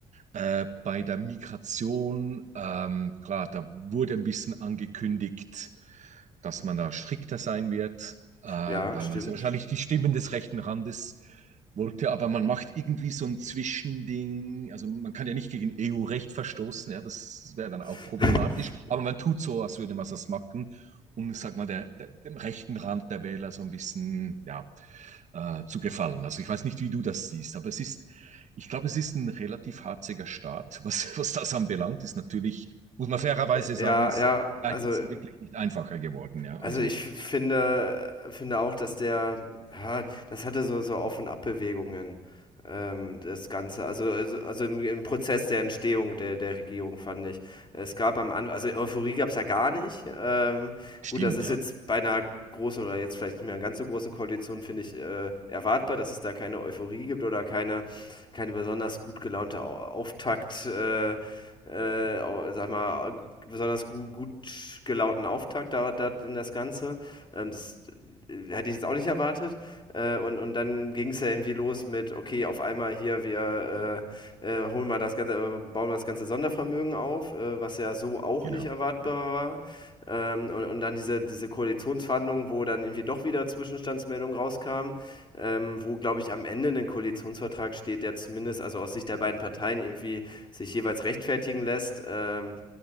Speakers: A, on the right (about 50°); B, on the left (about 30°).
A: Äh, bei der Migration, ähm, klar, da wurde ein bisschen angekündigt, dass man da strikter sein wird, äh, weil
B: ja, stimmt.
A: man sehr wahrscheinlich die Stimmen des rechten Randes wollte, aber man macht irgendwie so ein Zwischending. Also man kann ja nicht gegen EU-Recht verstoßen, ja, das wäre dann auch
B: <laughs>
A: problematisch. Aber man tut so, als würde man das machen, um, sag mal, der, der, dem rechten Rand der Wähler so ein bisschen ja, äh, zu gefallen. Also ich weiß nicht, wie du das siehst, aber es ist, ich glaube, es ist ein relativ harziger Staat, was, was das anbelangt. Ist natürlich, muss man fairerweise
B: ja,
A: sagen, ist
B: ja,
A: Zeiten
B: also
A: sind wirklich nicht einfacher geworden, ja.
B: Also
A: Also
B: ich finde, finde auch, dass der, ja, das hatte so, so Auf- und Abbewegungen, ähm, das Ganze. Also, also, also im, im Prozess der Entstehung der, der Regierung, fand ich. Es gab am Anfang, also Euphorie gab es ja gar nicht. Ähm,
A: Stimmt,
B: gut, das ist
A: ja,
B: jetzt bei einer großen oder jetzt vielleicht nicht mehr ganz so großen Koalition, finde ich, äh, erwartbar, dass es da keine Euphorie gibt oder keine, keine besonders gut gelaunte Au- Auftakt. Äh, äh, sag mal, besonders gut, gut gelaunten Auftakt da, da in das Ganze. Ähm, das äh, hätte ich jetzt auch nicht erwartet. Äh, und, und dann ging es ja irgendwie los mit, okay, auf einmal hier, wir äh, äh, holen mal das ganze, äh, bauen wir das ganze Sondervermögen auf auf, äh, was ja so auch
A: genau.
B: nicht erwartbar
A: Ja,
B: war. Ähm, und, und dann diese, diese Koalitionsverhandlungen, wo dann irgendwie doch wieder Zwischenstandsmeldungen rauskamen, ähm, wo, glaube ich, am Ende ein Koalitionsvertrag steht, der zumindest, also aus Sicht der beiden Parteien, irgendwie sich jeweils rechtfertigen lässt. Ähm,